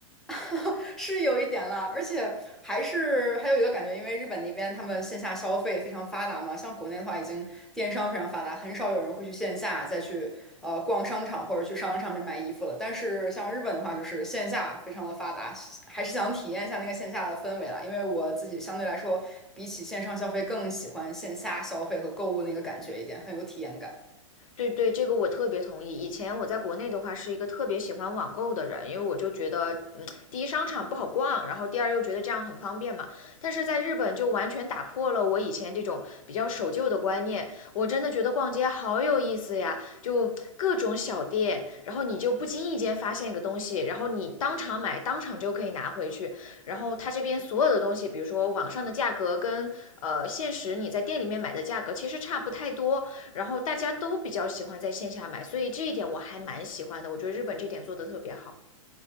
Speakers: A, in the centre; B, on the left.
A: <laughs> 是有一点了，而且还是还有一个感觉，因为日本那边他们线下消费非常发达嘛，像国内的话已经电商非常发达，很少有人会去线下再去呃逛商场或者去商场里面买衣服了。但是像日本的话，就是线下非常的发达，还是想体验一下那个线下的氛围啦。因为我自己相对来说，比起线上消费更喜欢线下消费和购物那个感觉一点，很有体验感。
B: 对对，这个我特别同意。以前我在国内的话，是一个特别喜欢网购的人，因为我就觉得，嗯，第一商场不好逛，然后第二又觉得这样很方便嘛。但是在日本就完全打破了我以前这种比较守旧的观念，我真的觉得逛街好有意思呀，就各种小店，然后你就不经意间发现一个东西，然后你当场买，当场就可以拿回去。然后它这边所有的东西，比如说网上的价格跟呃现实你在店里面买的价格其实差不太多，然后大家都比较喜欢在线下买，所以这一点我还蛮喜欢的。我觉得日本这点做得特别好。